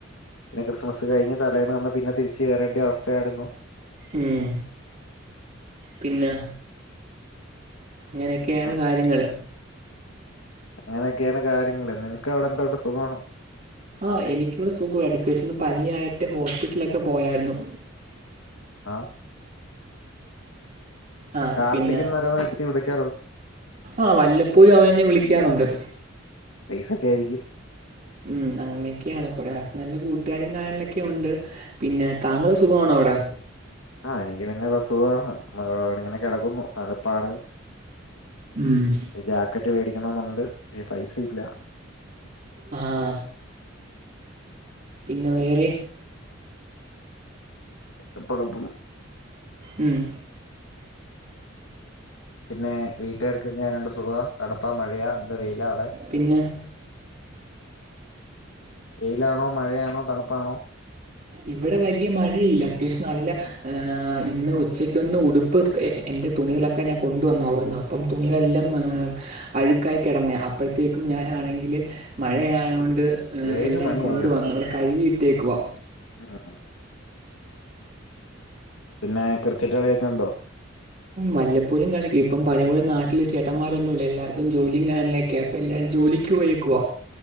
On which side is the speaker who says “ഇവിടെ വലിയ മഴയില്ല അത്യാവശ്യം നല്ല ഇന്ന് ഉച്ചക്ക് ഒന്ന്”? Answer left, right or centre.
Right